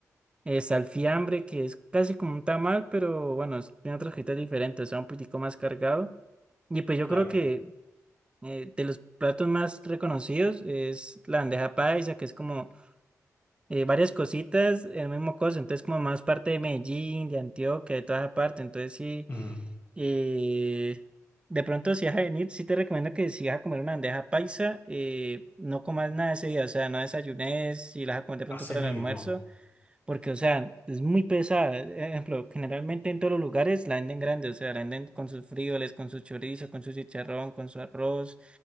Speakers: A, on the right; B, on the left.
A: Es alfiambre, que es casi como un tamal, pero bueno, es- tiene otros criterios diferentes, o sea, un poquitico más cargado. Y pues yo
B: claro.
A: creo que eh, de los platos más reconocidos es la bandeja paisa, que es como eh, varias cositas en el mismo cosa, entonces como más parte de Medellín, de Antioquia, de toda esa parte, entonces sí,
B: Ujú,
A: eh, de pronto si vas a venir, sí te recomiendo que si vas a comer una bandeja paisa, eh, no comas nada ese día, o sea, no desayunes, si la vas a comer de
B: Así
A: pronto para
B: mismo,
A: el almuerzo. Porque, o sea, es muy pesada. E, Ejemplo, generalmente en todos los lugares la venden grande, o sea, la venden con sus frijoles, con su chorizo, con su chicharrón, con su arroz,